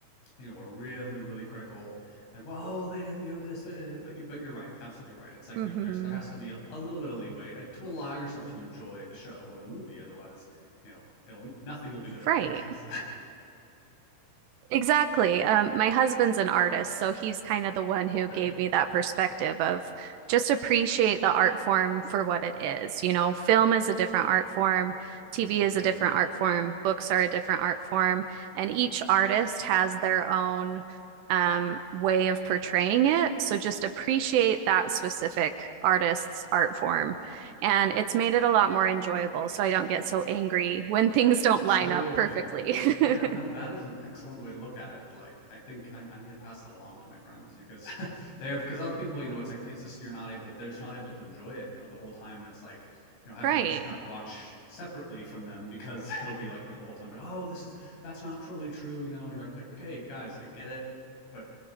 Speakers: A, on the left; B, on the right.
A: you know are really really critical like well they didn't you know this uh, but you but you're right absolutely right it's like
B: <laughs>
A: you know
B: hmm
A: there's there has to be a, a little bit of leeway uh, to allow yourself to enjoy the show or the movie otherwise you know it'll nothing will be good enough
B: Right.
A: i guess
B: Exactly. Um, my husband's an artist, so he's kind of the
A: <laughs>
B: one
A: okay
B: who gave me that perspective of just appreciate the art form for what it is. You know, film is a different art form, TV
A: true
B: is a different art form, books are a different art form, and each artist has their own um, way of portraying it. So just appreciate that specific artist's art form. And it's made it a lot more enjoyable. So I don't get so angry when things don't line
A: Totally.
B: up perfectly.
A: Yeah,
B: <laughs>
A: no, that is an excellent way to look at it. Like, I think I, I need to pass that along to my friends because <laughs> they have, because other people, you know, it's like, it's just, you're not able, they're just not able to enjoy it, you know, the whole time. It's like, you know, I have
B: Right.
A: to almost kind of like watch separately from them because <laughs> it'll be like, you know, the whole time, like, oh, this is, that's not totally true, you know, and you're like, like, okay, guys, I get it, but